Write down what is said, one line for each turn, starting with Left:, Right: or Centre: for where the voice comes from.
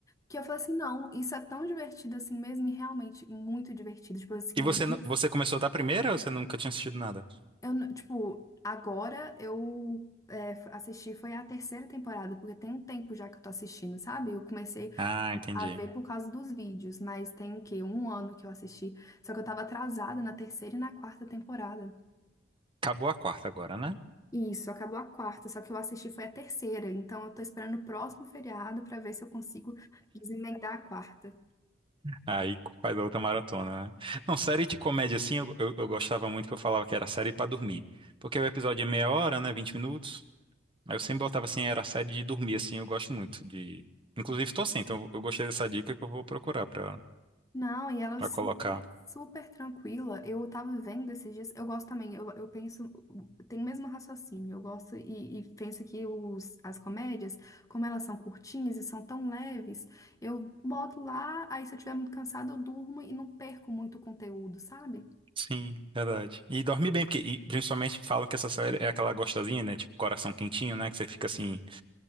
Left: Que eu falei assim, não, isso é tão divertido assim mesmo, e realmente muito divertido. Tipo assim,
Right: E
Left: não,
Right: você, nu- você começou da primeira ou você nunca tinha assistido nada?
Left: eu, não- tipo, agora eu é, assisti, foi a terceira temporada, porque tem um tempo já que eu tô assistindo, sabe? Eu comecei
Right: Ah, entendi.
Left: a ver por causa dos vídeos, mas tem o quê? Um ano que eu assisti. Só que eu tava atrasada na terceira e na quarta temporada.
Right: Acabou a quarta agora, né?
Left: Isso, acabou a quarta, só que eu assisti foi a terceira, então eu tô esperando o próximo feriado pra ver se eu consigo desemendar a quarta.
Right: Aí faz a outra maratona, né? Não, série de comédia assim, eu, eu, eu gostava muito que eu falava que era série pra dormir. Porque o episódio é meia hora, né? 20 minutos. Aí eu sempre botava assim, era série de dormir, assim, eu gosto muito de. Inclusive tô sem, então eu gostei dessa dica que eu vou procurar pra,
Left: Não, e ela
Right: pra
Left: é super,
Right: colocar.
Left: super tranquila. Eu tava vendo esses dias, eu gosto também, eu, eu penso, tem o mesmo raciocínio, eu gosto e, e penso que os, as comédias, como elas são curtinhas e são tão leves, eu boto lá, aí se eu estiver muito cansada, eu durmo e não perco muito o conteúdo, sabe?
Right: Sim, verdade. E dorme bem, porque e, principalmente falam que essa série é aquela gostosinha, né? Tipo, coração quentinho, né? Que você fica assim.